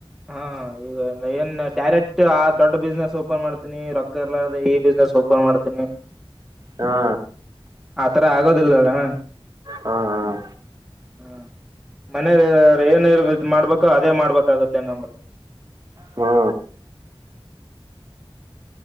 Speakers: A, in the centre; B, on the right (about 35°).
A: ಹಾ ಈಗ ಏನ್ ಡೈರೆಕ್ಟ್ ಆ ದೊಡ್ಡ ಬಿಸ್ನೆಸ್ ಓಪನ್ ಮಾಡ್ತೀನಿ ರೊಕ್ಕ ಇರಲಾರದ ಈ ಬಿಸ್ನೆಸ್ ಓಪನ್ ಮಾಡ್ತೀನಿ
B: ಹಾ
A: ಆತರ ಆಗೋದಿಲ್ಲ ಅಣ್ಣ
B: ಹಾಂ ಹಾಂ
A: ಹ್ಮ ಮನೆಲಿ ಏನ್ ಇದ ಮಾಡ್ಬೇಕು ಅದೇ ಮಾಡ್ಬೇಕಾಗುತ್ತೆ. ತ್ತ ನ
B: ಹ್ಞೂ